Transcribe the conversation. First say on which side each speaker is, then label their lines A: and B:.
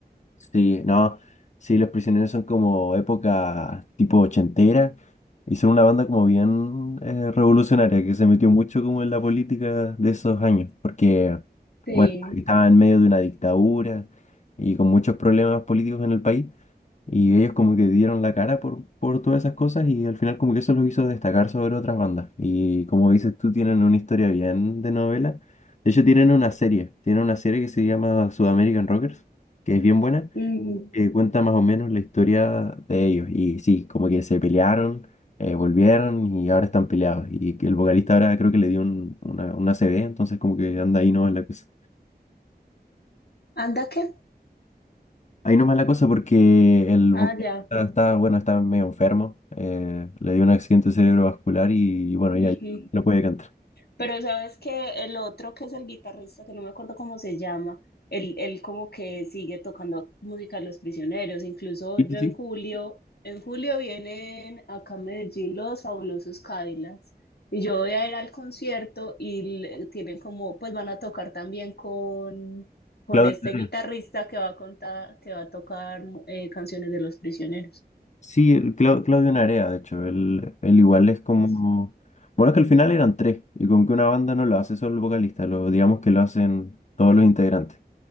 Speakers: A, on the left; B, on the left.
A: sí, no. Sí, los prisioneros son como época tipo ochentera y son una banda como bien eh, revolucionaria que se metió mucho como en la política de esos años porque,
B: Sí.
A: bueno, estaba en medio de una dictadura y con muchos problemas políticos en el país. Y ellos como que dieron la cara por, por todas esas cosas y al final como que eso los hizo destacar sobre otras bandas. Y como dices tú, tienen una historia bien de novela. De hecho, tienen una serie, tienen una serie que se llama Sudamerican Rockers, que es bien buena,
B: Ujú.
A: que cuenta más o menos la historia de ellos. Y sí, como que se pelearon, eh, volvieron y ahora están peleados. Y que el vocalista ahora creo que le dio un, una, una A C V entonces como que anda ahí no es la cosa.
B: ¿Anda qué?
A: Ahí nomás la cosa porque el
B: Ah,
A: vocalista
B: ya.
A: está, bueno, está medio enfermo. eh, le dio un accidente cerebrovascular y, bueno,
B: ujú.
A: ya, ya no puede cantar.
B: Pero sabes que el otro que es el guitarrista, que no me acuerdo cómo se llama, él, él como que sigue tocando música de los prisioneros. Incluso
A: Sí,
B: yo
A: sí, sí.
B: en julio, en julio vienen acá a Medellín los fabulosos Cadillacs. Y yo voy a ir al concierto y le- tienen como, pues van a tocar también con, con
A: Claudio
B: este
A: Narea.
B: guitarrista que va a contar, que va a tocar eh, canciones de los prisioneros.
A: Sí, el Clau- Claudio Narea, de hecho. Él, él igual es como.
B: Es-
A: Bueno, es que al final eran tres. Y como que una banda no lo hace solo el vocalista, lo, digamos que lo hacen todos los integrantes.